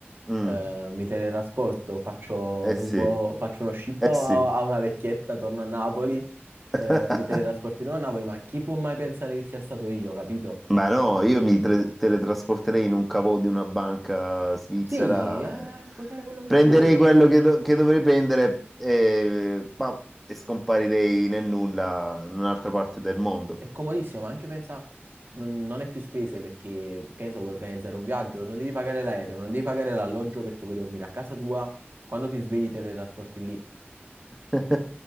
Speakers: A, in the centre; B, on the right.
A: Mm,
B: eh, mi teletrasporto, faccio,
A: eh sì,
B: rubo- faccio uno scippo
A: eh sì.
B: a, a una vecchietta, torno a Napoli, eh,
A: <laughs>
B: mi teletrasporto di nuovo a Napoli, ma chi può mai pensare che sia stato io, capito?
A: Ma no, io mi tre- teletrasporterei in un cavò di una banca svizzera,
B: Sì, eh,
A: eh,
B: puoi fare quello che
A: prenderei
B: vuoi,
A: quello che, do- che dovrei prendere e, pa- e scomparirei nel nulla in un'altra parte del mondo.
B: è comodissimo, ma anche pensa, non, non è più spese perché, che ne so, vuoi organizzare un viaggio, non devi pagare l'aereo, non devi pagare l'alloggio perché puoi dormire a casa tua, quando ti svegli teletrasporti
A: <laughs>